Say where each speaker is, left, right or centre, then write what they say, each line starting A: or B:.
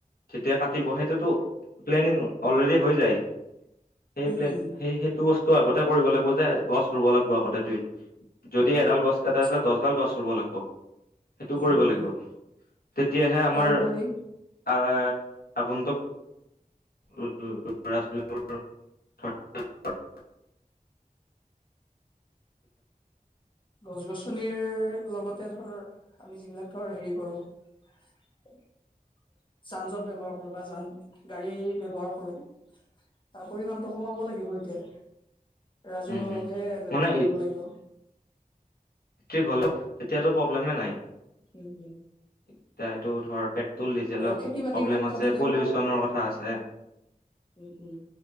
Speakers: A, on the left; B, on the left.
A: যেতিয়া কাটিব সেইটোতো প্লেনিং অলৰেডি হৈ যায়। সেই
B: উম
A: প্লেন
B: উম
A: সেই সেইটো বস্তু আগতে কৰিব লাগিব যে গছ ৰুব লাগিব আগতে দুই যদি এডাল গছ কাটে
B: আচ্ছা
A: তাত দছডাল গছ ৰুব লগব সেইটো
B: উম
A: কৰিব
B: উম
A: লাগিব।
B: উম
A: তেতিয়াহে আমাৰ
B: তাৰোপৰি
A: আহ আগ তোক ল'ৰা ছোৱালীবোৰ <unintelligible>
B: গছ গছনিৰ লগতে ধৰ আমি যিবিলাক ধৰ হেৰি কৰো <unintelligible> যান জঁট ব্যৱহাৰ কৰোঁ বা যান গাড়ী ব্যৱহাৰ কৰোঁ। তাৰ পৰিমানটো কমাব লাগিব এতিয়া। ৰাজহুৱা
A: উম, উম,
B: বাবে ব্যৱহাৰ
A: মানে
B: কৰিব লাগিব।
A: থিক হলেও তেতিয়াতো প্ৰব্লেমে নাই।
B: উম উম
A: এতিয়া এইটো ধৰ পেট্ৰল ডিজেলত
B: আৰু খেতি বাতিৰ
A: প্ৰব্লেম
B: ক্ষেত্ৰত
A: আছে
B: যদি
A: পলিউচনৰ
B: কওঁ
A: কথা আছে।
B: উম উম